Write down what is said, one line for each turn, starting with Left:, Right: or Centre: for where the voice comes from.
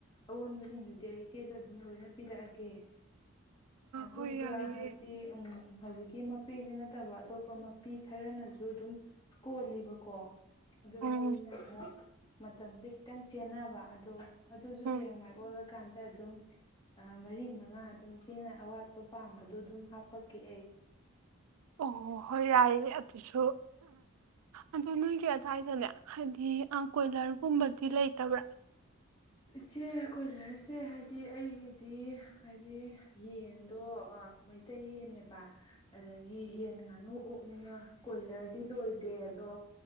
Left: ꯑꯋꯣꯟꯕꯁꯤꯡꯗꯨ ꯑꯩ ꯏꯆꯦꯗꯣ ꯑꯗꯨꯝ ꯂꯣꯏꯅ ꯄꯤꯔꯛꯑꯒꯦ ꯑꯗꯨꯒ
Right: ꯍꯣꯏ ꯌꯥꯏꯌꯦ
Left: ꯍꯥꯏꯗꯤ ꯎꯝ ꯍꯧꯖꯤꯛ ꯀ ꯃꯄꯤꯁꯦ ꯅꯠꯇꯕ ꯑꯇꯣꯞꯄ ꯃꯄꯤ ꯈꯔꯅꯁꯨ ꯑꯗꯨꯝ ꯀꯣꯜꯂꯤꯕꯀꯣ ꯑꯗꯨꯣ
Right: ꯎꯝ
Left: ꯃꯣꯏꯗꯤꯅ ꯃꯇꯝꯁꯦ ꯈꯤꯇꯪ ꯆꯦꯟꯅꯕ ꯑꯗꯣ ꯑꯗꯨꯁꯨ
Right: ꯎꯝ
Left: ꯍꯌꯦꯡ ꯃꯥꯏ ꯑꯣꯜꯂ ꯀꯥꯟꯗ ꯑꯗꯨꯝ ꯃꯔꯤ ꯃꯉꯥ ꯑꯗꯨꯝ ꯏꯆꯦꯅ ꯑꯋꯥꯠꯄ ꯄꯥꯝꯕꯗꯣ ꯑꯗꯨꯝ ꯍꯥꯞꯄꯛꯀꯦ ꯑꯩ
Right: ꯑꯣ ꯍꯣꯏ ꯌꯥꯏꯌꯦ ꯑꯗꯨꯁꯨ ꯑꯗꯨ ꯅꯣꯏꯒꯤ ꯑꯗꯨꯋꯥꯏꯗꯅꯦ ꯍꯥꯏꯗꯤ ꯀꯣꯏꯂꯔꯒꯨꯝꯕꯗꯤ ꯂꯩꯇꯕ꯭ꯔꯥ
Left: ꯏꯆꯦ ꯀꯣꯏꯂꯔꯁꯦ ꯍꯥꯏꯗꯤ ꯑꯩꯒꯤꯗꯤ ꯍꯥꯏꯗꯤ ꯌꯦꯟꯗꯣ ꯃꯩꯇꯩ ꯌꯦꯟꯅꯦꯕ ꯑꯗꯒꯤ ꯌꯦꯟ ꯉꯥꯅꯨ ꯑꯣꯛꯅꯤꯅ ꯀꯣꯏꯂꯔꯗꯤ ꯂꯣꯏꯗꯦ ꯑꯗꯣ